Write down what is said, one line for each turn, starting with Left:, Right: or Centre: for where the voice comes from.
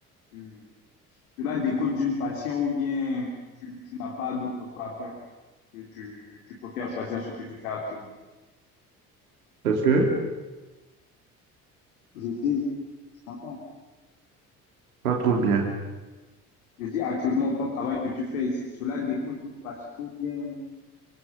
Left: tu, cela découle d'une passion ou bien tu, tu n'as pas d'autre choix à faire que tu, tu, tu préfères choisir ce que tu fais actuellement.
Right: Est-ce que?
Left: Je dis, tu m'entends?
Right: Pas trop bien.
Left: Je dis actuellement, ton travail que tu fais, cela découle d'une passion ou bien